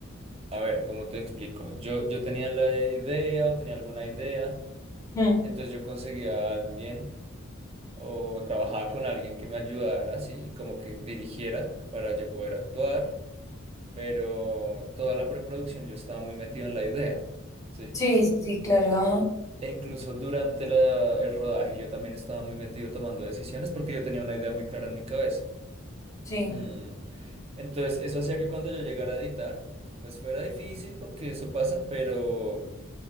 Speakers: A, on the right; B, on the left.
A: a ver, ¿cómo te explico? Yo, yo tenía la idea o tenía alguna idea,
B: Mm.
A: entonces yo conseguía a alguien o trabajaba con alguien que me ayudara, sí, y como que dirigiera para yo poder actuar, pero toda la preproducción yo estaba muy metido en la idea, ¿sí?
B: Sí, sí, sí, claro, ajá.
A: E incluso durante la- el rodaje yo también estaba muy metido tomando decisiones porque yo tenía una idea muy clara en mi cabeza.
B: Sí,
A: Mm, Entonces, eso hacía que cuando yo llegara a editar, pues fuera difícil porque eso pasa, pero,